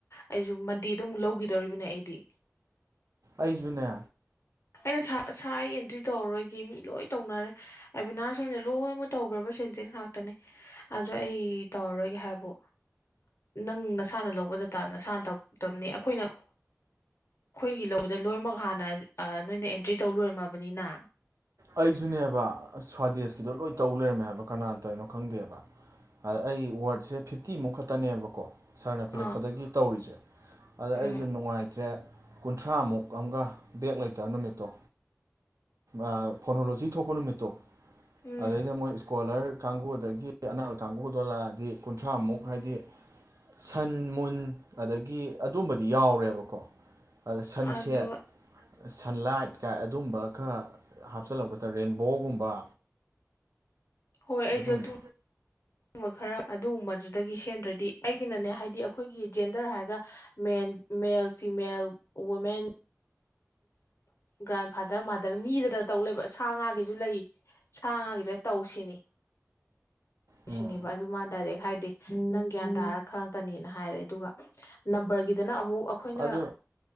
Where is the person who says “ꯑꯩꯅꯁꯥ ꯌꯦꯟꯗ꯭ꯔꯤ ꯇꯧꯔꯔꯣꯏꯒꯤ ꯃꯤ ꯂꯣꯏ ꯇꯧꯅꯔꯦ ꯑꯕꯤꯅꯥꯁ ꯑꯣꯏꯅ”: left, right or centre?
Left